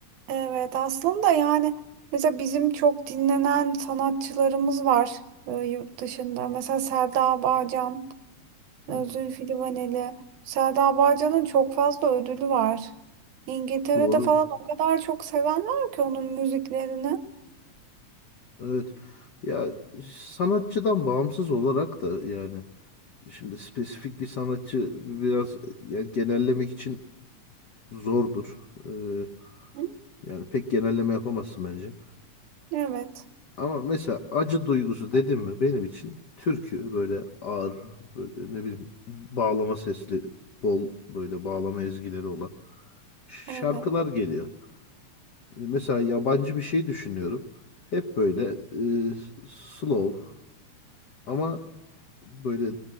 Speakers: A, on the right; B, on the left.
A: Evet aslında yani mesela bizim çok dinlenen sanatçılarımız var e, yurt dışında. Mesela Selda Bağcan.
B: Hı?
A: e, Zülfü Livaneli. Selda Bağcan'ın çok fazla ödülü var. İngiltere'de
B: Doğru.
A: falan o kadar çok seven var ki onun müziklerini.
B: Evet. Ya sanatçıdan bağımsız olarak da yani şimdi spesifik bir sanatçı biraz ya genellemek için zordur. Ee,
A: Hı?
B: yani pek genelleme yapamazsın bence.
A: Evet,
B: Ama mesela acı duygusu dedim mi benim için türkü böyle ağır böyle ne bileyim bağlama sesli bol böyle bağlama ezgileri olan ş-
A: evet,
B: şarkılar geliyor. E, Mesela yabancı bir şey düşünüyorum. Hep böyle e, slow ama böyle